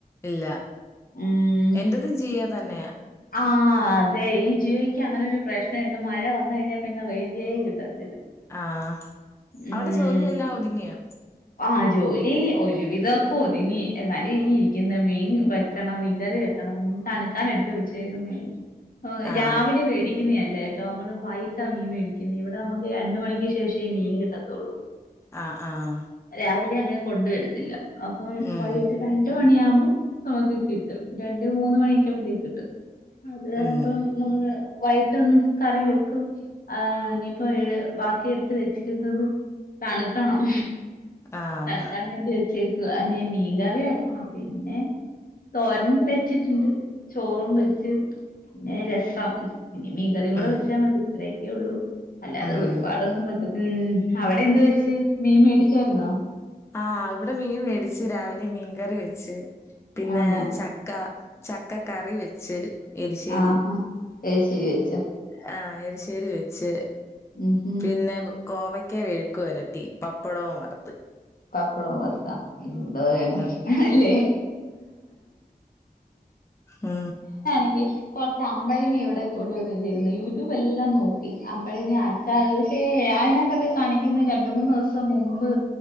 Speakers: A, on the left; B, on the left.
A: ഇല്ല
B: ഉം
A: എന്റതും ജിയോ തന്നെയെ
B: ആഹ് അതെ ഈ ജിയോയ്ക്ക് അങ്ങനെ ഒരു പ്രശ്നമുണ്ട് മഴ വന്ന കഴിഞ്ഞാൽ പിന്നെ റേഞ്ച ചെയ്യ കിട്ടും
A: ആഹ അവവിടെ
B: ഉം
A: ജോലിെല്ലാം ഒതുങ്ങിയാ
B: ആ ജോലി ഒരുവിധൊക്കെ ഒതുങ്ങി എന്നാലും ഇനി ഇരിക്കുന്ന മീൻ വെക്കണം മീൻ കറി വെക്കണം മീൻ തണുക്കാൻ എടുത്ത് വെച്ചേക്കുന്ന
A: ആഹ്
B: രാവിലെ വേടി ക്കുന്നല്ലട്ടോ നമ്മള് വൈകട്ടാ മീൻ മേടിക്കുന്നുന്നു ഇവിടെ നമുക്ക് രണ്ട മണിക്ക് ശേഷേഈ മീൻ കിട്ടത്തുള്ളൂ
A: ആഹ ആഹ
B: രാവിലെ അങ്ങനെ കൊണ്ടുവരത്തില്ല അപ്പം
A: ഉം
B: വൈകിട്ട് രണ്ട മണിയാാവുമ്പോ നമുക്ക് കിട്ടും രണ്ട് മൂന്ന് മണിയൊക്കെകുമ്പോഴത്തേക്ക് കിട്ടും അത
A: ഉം
B: അപ്പം നമ്മള് വൈകിട്ടൊന്ന് കറി വെക്കും ആ ഇനിയിപ്പോ ബാക്കിയ എടുത്ത് വെച്ചിരുന്നത് തണുക്കണം
A: ആഹ്
B: തനക്കാൻ വേണ്ടി വെച്ചു അന മീൻകറി വെക്കണം പിന്നെ തോരൻ വെച്ചിട്ടുണ്ട് ചോറും വെച്ച് പിന്നെ രസം ഇനി മീ കറിയും കൂടെ
A: ഉം
B: വെച്ചാൽ മതി ത്രയൊക്കെ ഉള്ളൂ അല്ലാതെ
A: ഉം
B: ഒരുപാടൊന്നും മ് അവിടെ എന്താ വെച്ച് മീൻ മേടി ച്ചായിരുന്നോ
A: ആ ഇവിടെ മീൻ മേടിച്ച് രാവിലെ മീൻകറി വെച്ച് പിന്നെ
B: ആന്നോ
A: ചക്ക ചക്കക്കറി വെച്ച് എരിശ്ശേരി
B: ആഹാ ഏരിശേരി വച്ചോ
A: <unintelligible> നേരിശ്ശേരി വെച്ച്
B: ഉം ഹം
A: പിന്നെ കോവയ്ക്ക വഴുക്കു വരട്ടി പപ്പടവും വറ്ത്ത്
B: പപ്പളോ അല്ല പിനും ആഹ് വേണം
A: ഉം
B: ഹല്ലേ
A: മ്
B: ങ്കി കുറച്ച് അമ്പഴങ്ങ ഇവിടെ കൊണ്ടുവന്നുവെച്ചേക്കുന്നേ യൂട്യൂബ് എല്ലാം നോക്കി അമ്പഴങ്ങ അച്ചാർ പക്ഷേ അതിനകത്തൊക്കെ കാണിക്കുന്ന രണ്ട് മൂന്ന് ദി സം മുമ്പ്